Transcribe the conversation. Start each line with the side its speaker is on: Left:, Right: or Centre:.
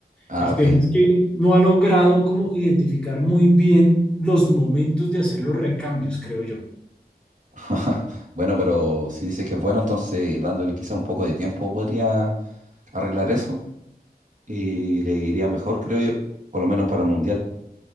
Right: Ah,
Centre: El
Right: ok.
Centre: tema es que no ha logrado como identificar muy bien los momentos de hacer los recambios, creo yo.
Right: <laughs> Bueno, pero si dice que es bueno, entonces dándole quizá un poco de tiempo podría arreglar eso y le iría mejor, creo yo, por lo menos para el Mundial.